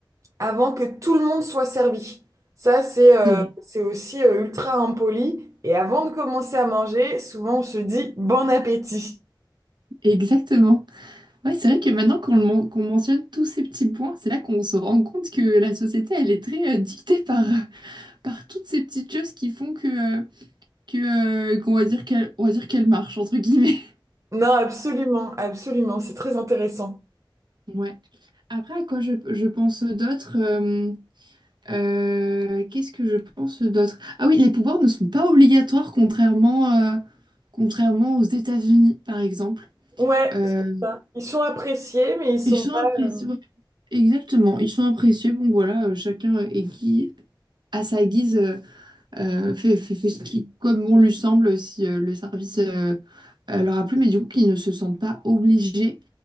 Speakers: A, on the right; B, on the right.
A: avant que tout le monde soit servi. Ça, c'est euh,
B: C'est vrai.
A: c'est aussi euh, ultra impoli. Et avant de commencer à manger, souvent on se dit bon appétit.
B: Exactement. Ouais, c'est vrai que maintenant qu'on le men- qu'on mentionne tous ces petits points, c'est là qu'on se rend compte que la société, elle est très euh, dictée <laughs> par, euh, par toutes ces petites choses qui font que, euh, que, euh, qu'on va dire qu'elle, on va dire qu'elle marche, entre guillemets. <laughs>
A: Non, absolument, absolument, c'est très intéressant.
B: Ouais. Après, à quoi je, je pense d'autre euh, euh, qu'est-ce que je pense d'autre? Ah oui, les pouvoirs ne sont pas obligatoires contrairement, euh, contrairement aux États-Unis, par exemple.
A: Ouais,
B: Euh,
A: c'est ça. Ils sont appréciés, mais ils sont
B: et j'ai
A: pas
B: l'impression,
A: euh,
B: Exactement, ils sont appréciés. Bon, voilà, euh, chacun est qui, à sa guise, euh, euh, fait, fait, fait ce qui, comme on lui semble, si euh, le service euh, euh, leur a plu, mais du coup, qu'ils ne se sentent pas obligés.